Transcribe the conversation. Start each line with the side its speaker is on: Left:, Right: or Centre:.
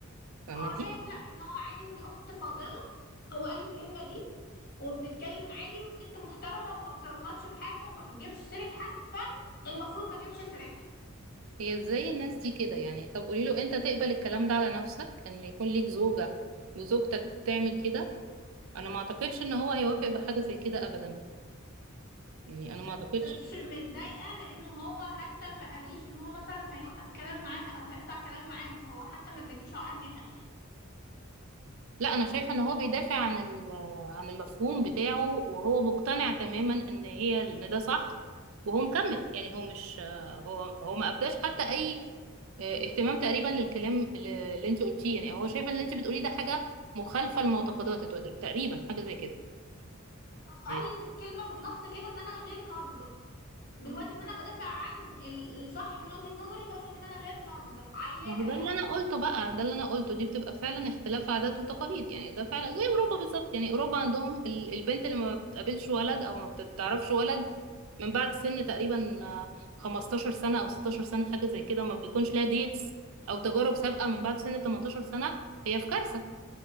Right: فاهماني
Left: هو شايف لا ان هو عادي ودي اخت فاضله هو قال لي الكلمه دي وبنتكلم عادي والست محترمه وما بتغلطش في حاجه وما بتجيبش سيره حد فانا المفروض ما اجيبش سيرتها
Right: هي ازاي الناس دي كده يعني طب قولي له انت تقبل الكلام ده على نفسك ان يكون ليك زوجه وزوجتك تعمل كده انا ما اعتقدش ان هو هيوافق بحاجه زي كده ابدا يعني انا ما
Left: بس
Right: اعتقدش
Left: متضايقة لأنه هو حتى ما قاليش إن هو مثلا هيوقف كلام معاها أو هيقطع كلام معاها هو حتى ما ادانيش عقد نافع
Right: لا انا شايفه ان هو بيدافع عن ال- عن المفهوم بتاعه وهو مقتنع تماما ان هي ان ده صح وهو مكمل يعني هو مش هو هو ما ابداش حتى اي آه، اهتمام تقريبا للكلام اللي اللي انت قلتيه يعني هو شايف ان اللي انت بتقوليه ده حاجه مخالفه لمعتقداته تقريبا حاجه زي كده
Left: قال
Right: يعني
Left: بالكلمة بالنص كده إن أنا غير ناضجة دلوقتي إن أنا بدافع عن ال- الصح من وجهة نظري هو شايف إن أنا غير ناضجة عيالة
Right: ما هو ده
Left: يعني
Right: اللي انا قلته بقى ده اللي انا قلته دي بتبقى فعلا اختلاف عادات وتقاليد يعني ده فعلا زي اوروبا بالظبط يعني اوروبا عندهم ال- البنت اللي ما بتقابلش ولد او ما بتعرفش ولد من بعد سن تقريبا آه، 15 سنة او 16 سنة حاجة زي كده ما بيكونش ليها ديتس او تجارب سابقة من بعد سن 18 سنة هي في كارثة